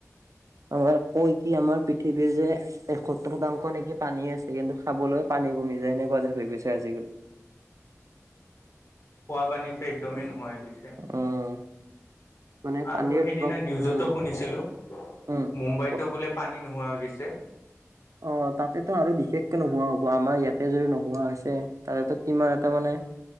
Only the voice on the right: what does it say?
আমাৰ কৈ কি আমাৰ পৃথিৱীৰ যে এসত্তৰ শতাংশ নেকি পানী আছে কিন্তু খাবলৈ পানী ক মি যাই এনেকুৱা যেন হৈ গৈচে আজি কালি।
উম
উম মানে
পানীৰ
অলপ
উম
উম
অ তাতেটো আৰু বিশেষকে নোহোৱা হব আমাৰ ইয়াতে যদি নোহোৱা হৈছে তাতেতো কিমান এটা মানে